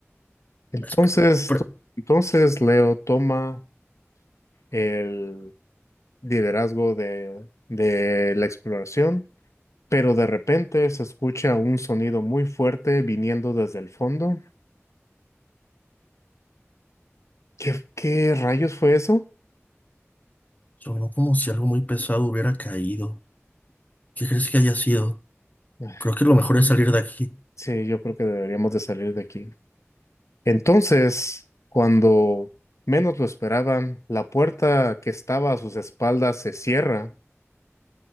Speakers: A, on the left; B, on the left.
A: Entonces,
B: Espe- pre-
A: tú- entonces Leo toma el liderazgo de, de la exploración. pero de repente se escucha un sonido muy fuerte viniendo desde el fondo. ¿Qué, qué rayos fue eso?
B: Sonó como si algo muy pesado hubiera caído. ¿Qué crees que haya sido?
A: Ah,
B: Creo que lo mejor es salir de aquí.
A: Sí, yo creo que deberíamos de salir de aquí. Entonces, cuando menos lo esperaban, la puerta que estaba a sus espaldas se cierra